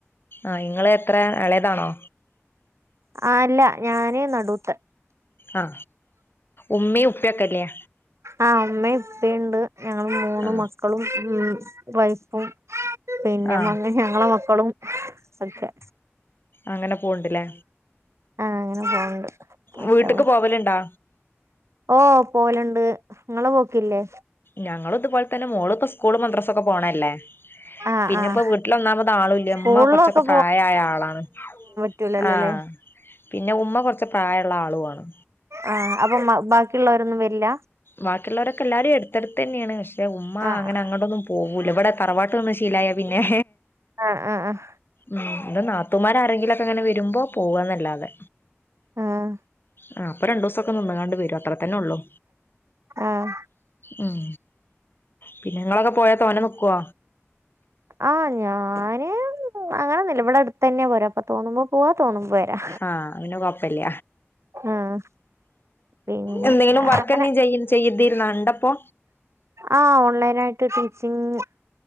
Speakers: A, on the left; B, on the right.
A: ആഹ് ഇങ്ങളെ എത്രയാ എളേതാണോ?
B: ആ അല്ല ഞാനീ നടൂത്തെ
A: ആ ഉമ്മിം ഉപ്പിംക്കേല്ലേ
B: ആഹ് ഉമ്മിംപ്പിംയുണ്ട് ഞങ്ങള് മൂന്ന്
A: ആ
B: മക്കളും ഉം വൈഫും. പിന്നെ
A: ആ
B: മന്ന് ഞങ്ങളെ മക്കളും ഒക്കെ
A: അങ്ങനെ പോണ് ണ്ട് ല്ലേ
B: ആഹ് അങ്ങനെ പോണ്ട് മാഷാഅല്ലാഹ്
A: വീട്ടിക്ക് പോവല് ണ്ടാ?
B: ഓ പോവലിണ്ട് ഇങ്ങള് പോക്കില്ലേ?
A: ഞങ്ങളുതുപോലെ തന്നെ മോള് ഇപ്പോ സ്കൂളും മദ്രാസൊക്കെ പോണല്ലേ
B: ആഹ്
A: പിന്നെപ്പോ
B: ആഹ്
A: വീട്ടിലൊന്നാമത് ആളുല്ല
B: സ്കൂളിലൊക്കെ
A: ഉമ്മ കുറച്ചൊക്കെ പ്രായായ ആളാണ്.
B: പറ്റുലാലോല്ലെ
A: ആ പിന്നെ ഉമ്മ കുറച്ച് പ്രായുള്ള ആളു ആണ്.
B: ആ അപ്പം ബാക്കിയുള്ളവരൊന്നും വരില്ല?
A: ബാക്കിയുള്ളോരൊക്കെ എല്ലാരും അ ടുത്ത്ടന്നെയെണ് പക്ഷേ ഉമ്മ
B: ആഹ്
A: അങ്ങനെ അങ്ങോട്ടൊന്നും പോകൂല ഇവിടെ തറവാട്ട് നിന്ന് ശീലായ പിന്നെ
B: ആഹ് ആഹ് ആഹ്
A: ഉ ഇന്റെ നാത്തുമാർ ആരെങ്കിലുംക്കെ ങ്ങനെ വരുമ്പോ പോവന്നല്ലാതെ
B: ആഹ്
A: ആ അപ്പൊ രണ്ടുസൊക്കെ നിന്നങ്ങാണ്ട് വരും അത്രത്തന്നെ ഉള്ളൂ
B: ആഹ്
A: ഉം പിന്നെ നിങ്ങളൊക്കെ പോയാ തോനെ നൽക്കോ
B: <inaudible> ആഹ ഞാന് അങ്ങനെന്നില്ല ഇവിടെ അടുത്ത് തന്നെയാ പോരാ അപ്പൊ തോന്നുമ്പോ പോവാ തോന്നുമ്പോ വരാ.
A: ആഹ പിനൊ കൊഴപ്പില്ല
B: ആഹ് പിന്നെ
A: എന്തെങ്കിലും വർക്ക്ന്നീ
B: അങ്ങനെ
A: ചെയ ചെയ്തിരുന്ന ഉണ്ടപ്പോ
B: ആ ഓൺലൈന ആയിട്ട് ടീച്ചിങ്